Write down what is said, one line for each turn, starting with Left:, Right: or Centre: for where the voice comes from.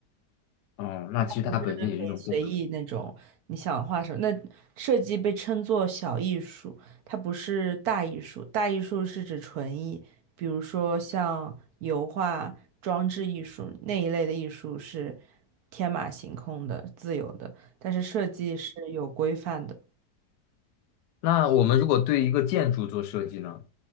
Left: 嗯，那其实它本身也是一种工程。
Right: 不是可以随意那种，你想画什么？那设计被称作小艺术，它不是大艺术。大艺术是指纯艺，比如说像油画、装置艺术那一类的艺术是天马行空的、自由的，但是设计是有规范的。
Left: 那我们如果对一个建筑做设计呢？